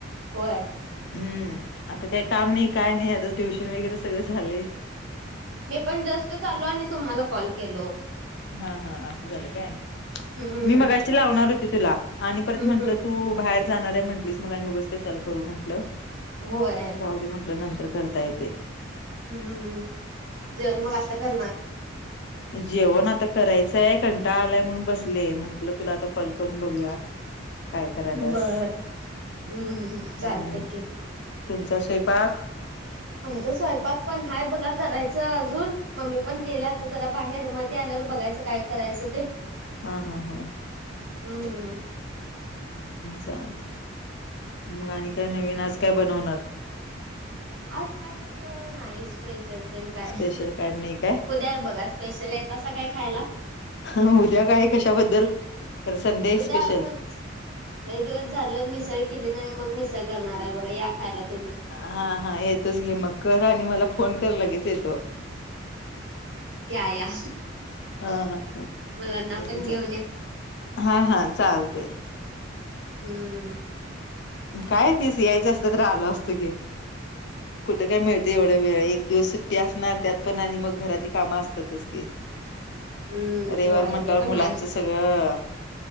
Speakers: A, on the right (about 70°); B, on the left (about 60°).
A: होय
B: हम्म आता काही काम नाही काय नाही आता ट्युशन वगैरे सगळें झाले
A: मी पण जस्टच चालो आणि तुम्हाला कॉल केलो
B: हा हा असं झालं काय
A: हम्म
B: मी मगाशी लावणार होती तुला आणि परत
A: हम्म
B: म्हटलं
A: हम्म
B: तू बाहेर जाणार आहे म्हटलीस मग आणि उगच कशाला करू म्हटलं
A: होय
B: राहली म्हटलं नंतर करता येत ते
A: हम्म जेवण मग आता करणार
B: जेवण आता करायचंय कंटा आलाय म्हणून बसले म्हंटलं तुला आता कॉल करून बघूया काय करायलस
A: बर हम्म चालतय
B: हम्म
A: की
B: तुमचा स्वयंपाक
A: आमच स्वयंपाक पण हाय बघा करायचं अजून. मम्मी पण
B: हम्म
A: गेलं
B: हम्म
A: आता
B: हम्म.
A: जरा- बाहेर. म ते आल्यावर बघायचं काय करायचं ते?
B: हा हा हा.
A: हम्म. हं.
B: चालते. मग आणि काय नवीन? आज काय बनवणार?
A: आज काय अस नाही स्पेशल. काय.
B: स्पेशल काय नाही काय
A: उद्या आहे बघा स्पेशल. येतासा काय खायला?
B: ह उद्या काय कशाबद्दल? तर संडे
A: उद्या
B: स्पेशल
A: असंच. लई दिवस झाले मिसळ केली नाही. मग मिसळ करणार आहे बघा. या खायला तुम्ही.
B: हा हा. येतेच की मग. कर आणि मला फोन कर लगेच येतो.
A: या या.
B: हा हा ह.
A: मुलांना
B: ते
A: पण घेऊन या.
B: हा हा. चालते.
A: हम्म.
B: काय तेच यायचं असतं तर आलो असतो की. कुठं काय मिळत एवढं? एक वेळ. एक दिवस सुट्टी असणार त्यात पण आणि मग घरातली कामं असतातच की.
A: हम्म
B: रविवार
A: होय
B: म्हटल्यावर
A: ते पण
B: मुलांच-
A: हाय
B: सगळं.